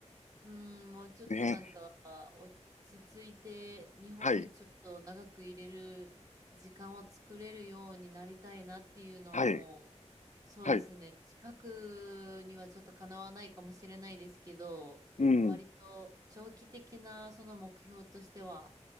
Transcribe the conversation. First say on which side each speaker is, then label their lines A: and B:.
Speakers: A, on the right; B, on the left.
A: うん、もうちょっとなんか落ち着いて日本にちょっと長く入れる時間を作れるようになりたいなっていうのはもう、
B: ね。はい。はい。
A: そうですね。
B: はい。
A: 近くにはちょっとかなわないかもしれないですけど、
B: うん。
A: 割と長期的なその目標としては